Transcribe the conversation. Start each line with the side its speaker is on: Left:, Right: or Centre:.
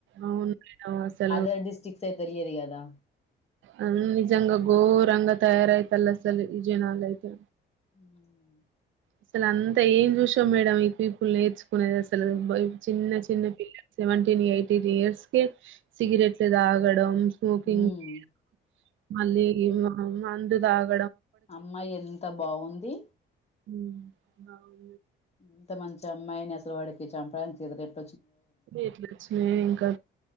Right: అవును మేడం అసలు
Left: అదర్ డిస్టి ే తెయదు కదా
Right: అ నిజంగా గోరంగా తయారైతల్ సలు ఇజే నాాల అయితే
Left: మ్మ్
Right: అసలు అంతా ఏం చూసాం మేడ ఈ పీపుల్ నేర్చుకునేది అసలు చిన్న చిన్న పిల్లల్ సెవెంటీన్ ఎయిత్ ఇయర్స్ కే సిగరెట్లు తాగడం స్మోకింగ్
Left: మ్మ్.
Right: చేయడం మళ్ళీ అ మందుదాగు
Left: అమ్మాయి ఎంత బాగుంది
Right: ఉ అవును
Left: ఎంత మంచి అమ్మాయిని ముసల్వాడికి చాంప్రరు కా
Right: ఎట్లా వచ్చినయో ఇంకా